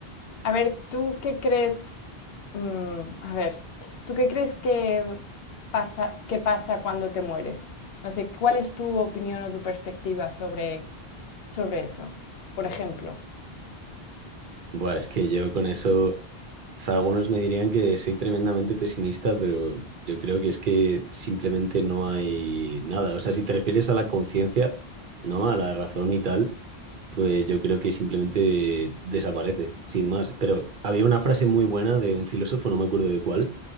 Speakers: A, on the left; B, on the right.
A: A ver, ¿tú qué crees? Mm, a ver, ¿tú qué crees que pasa, que pasa cuando te mueres? No sé, ¿cuál es tu opinión o tu perspectiva sobre, sobre eso? Por ejemplo.
B: Buah, es que yo con eso, algunos me dirían que soy tremendamente pesimista, pero yo creo que es que simplemente no hay nada. O sea, si te refieres a la conciencia, ¿no? A la razón y tal, pues yo creo que simplemente desaparece, sin más. Pero había una frase muy buena de un filósofo, no me acuerdo de cuál,